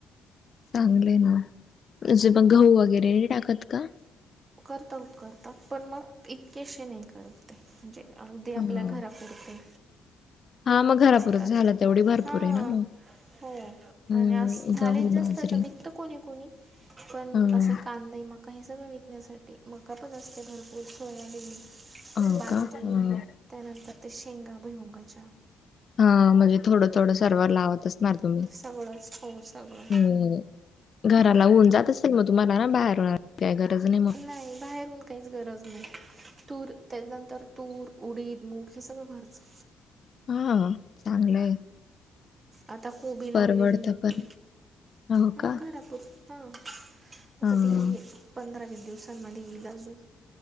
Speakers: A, on the left (about 45°); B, on the right (about 35°).
A: चांगले ना म्हणजे मग गहू वगैरे टाकत का
B: करत उपकरत पण मग इतकेशे नाही करत म्हणजे अगदी
A: हा
B: आपल्या घरापुरते
A: हा मग घरापुरच
B: असतात
A: झाला तेवढी भरपूर
B: हां
A: आहे ना मग
B: हो
A: हम्म
B: आणि अस झाले
A: गहू
B: जास्त
A: बाजरी
B: आता दिक्त कोणी कोणी पण
A: ह
B: असं कांदा मग काही सगळं विकण्यासाठी मक्का पण असं ते भरपूर सोयाबीन
A: हो
B: बाजरी
A: का हा
B: त्यानंतर ते शेंगा भुईमुगाच्या.
A: हा म्हणजे थोडं थोडं सर्वर लावत असणार तुम्ही
B: सगळंच हो सगळं
A: हम्म. घराला होऊन जात असेल मग तुम्हाला ना बाहेर राहायची काय गरज मग
B: नाही बाहेरून काहीच गरज नाही तूर त्याच्यानंतर तूर उडीद मूग हे सगळं घरचं.
A: हा चांगलं आहे.
B: आता कोबी लावलेली
A: परवडत
B: आहे
A: पण हो
B: हा
A: का
B: घरातूनं. हां आता
A: हा
B: ती पंधरा वीस दिवसांमध्ये येईल अजून.